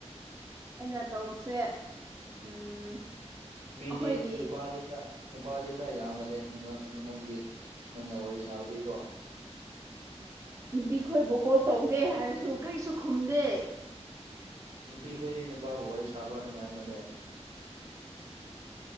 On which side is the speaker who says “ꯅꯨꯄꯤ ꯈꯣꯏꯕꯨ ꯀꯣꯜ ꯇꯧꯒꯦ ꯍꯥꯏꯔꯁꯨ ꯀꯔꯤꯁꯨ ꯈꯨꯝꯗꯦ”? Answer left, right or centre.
Right